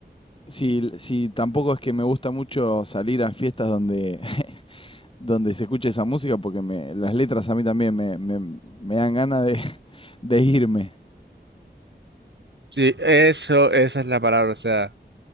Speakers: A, on the left; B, on the right.
A: si, si tampoco es que me gusta mucho salir a fiestas donde, <laughs> donde se escucha esa música, porque me, las letras a mí también me, me, me dan ganas de, <laughs> de irme.
B: Sí, eso, esa es la palabra. O sea,